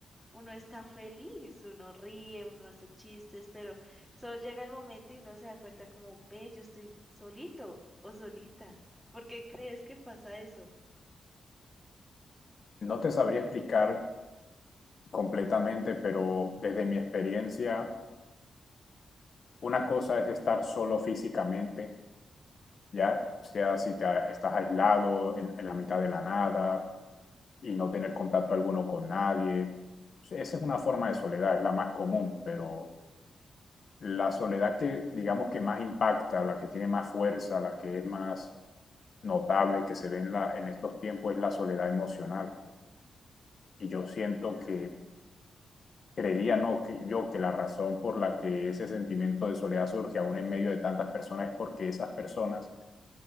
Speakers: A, in the centre; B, on the left.
A: uno está feliz, uno ríe, uno hace chistes, pero solo llega el momento y uno se da cuenta como, ve, yo estoy solito o solita. ¿Por qué crees que pasa eso?
B: No te sabría explicar completamente, pero desde mi experiencia, una cosa es estar solo físicamente, ya sea si te, a- estás aislado en, en la mitad de la nada y no tener contacto alguno con nadie. Sí, Esa es una forma de soledad, es la más común, pero la soledad que digamos que más impacta, la que tiene más fuerza, la que es más notable que se ve en, la, en estos tiempos es la soledad emocional. Y yo siento
A: Claro,
B: que Creería no, que- yo que la razón por la que ese sentimiento de soledad surge aún en medio de tantas personas es porque esas personas